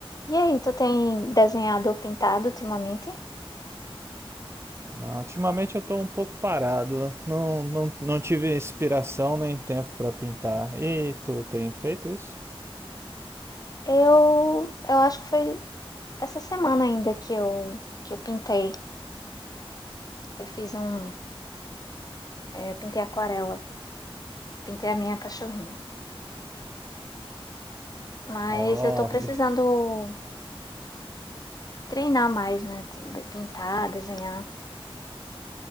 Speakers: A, on the left; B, on the right.
A: E aí, tu tem desenhado ou pintado ultimamente?
B: Não, ultimamente eu tô um pouco parado. Não, não, não tive inspiração nem tempo para pintar. E tu tem feito isso?
A: Eu, eu acho que foi essa semana ainda que eu, que eu pintei. Eu fiz um, eh, eu pintei aquarela, pintei a minha cachorrinha. Mas
B: Ó,
A: eu tô precisando
B: e-
A: treinar mais, né? t- Pintar, desenhar.